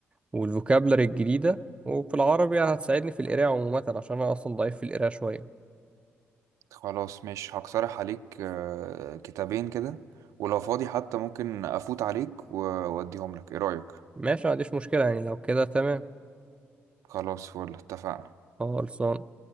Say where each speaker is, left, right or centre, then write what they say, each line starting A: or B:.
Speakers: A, on the right; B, on the right.
A: والفوكابلري الجديده وفي العربي هتساعدني في القراءه عموما عشان انا اصلا ضعيف في القراءه شويه
B: خلاص مش هقترح عليك آه، كتابين كده ولو فاضي حتى ممكن افوت عليك و- واديهم لك ايه رأيك
A: ماشي ما عنديش مشكله يعني لو كده تمام
B: خلاص فل اتفقنا
A: خلصان